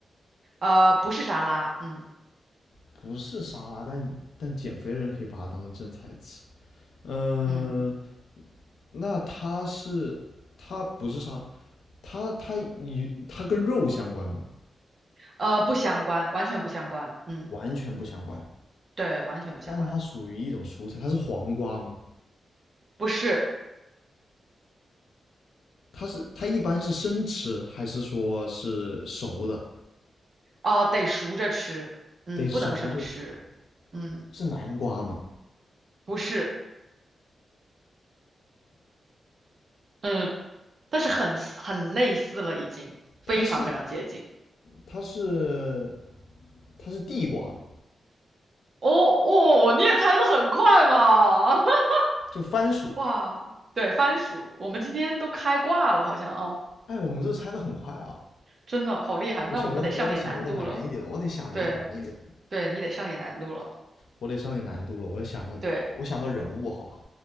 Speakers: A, on the right (about 35°); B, on the left (about 75°).
A: 呃，不是沙拉，嗯
B: 不是沙拉，但但减肥的人可以把它当成正菜吃。嗯、
A: 嗯，
B: 那它是它不是沙，它它与它跟肉相关吗？
A: 呃，不相关，完全不相关，嗯，
B: 完全不相关。
A: 对，完全不相关，
B: 但是它属于一种蔬菜，它是黄瓜吗？
A: 不是，
B: 它是它一般是生吃还是说是熟的？
A: 哦、得熟着吃，嗯，
B: 得嗯熟着吃。
A: 不能生吃，嗯，
B: 是南瓜吗？
A: 不是，嗯，但是很很类似了，已经非常非常接近，
B: 它是它是它是地瓜吗？
A: 哦哦，你也猜得很快嘛，<laughs>
B: 就番薯。
A: 哇，对，番薯，我们今天都开挂了，好像啊，
B: 哎，我们这猜的很快啊。
A: 真的好厉害。
B: 不行，
A: 那我们得上点难度了，
B: 我得我得想一个难一点的，我得想一个难一点的，
A: 对，对你得上点难度了，
B: 我得上点难度了。我想个我想个人物，
A: 对，
B: 好吧？